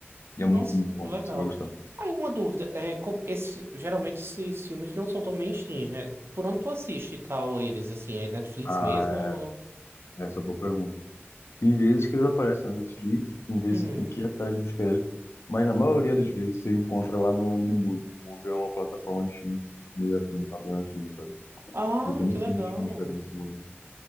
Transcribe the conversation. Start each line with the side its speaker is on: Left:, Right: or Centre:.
Left: E é muito,
Right: Nossa,
Left: muito bom,
Right: que legal.
Left: você vai gostar.
Right: Aí uma dúvida, é, com- esse, geralmente esses filmes não são tão mainstream, né? Por onde tu assiste e tal eles, assim, é Netflix
Left: Ah,
Right: mesmo? ou-
Left: é, essa é uma boa pergunta. Tem vezes que eles aparecem na Netflix, tem vezes
Right: Uhum.
Left: que você tem que ir atrás de buscar ele, mas na maioria das vezes você encontra lá no, no Mubi. O Mubi é uma plataforma de filmes meio assim, alternativo, sabe?
Right: Ah,
Left: E tem um
Right: que legal.
Left: monte de filmes diferentes no Mubi.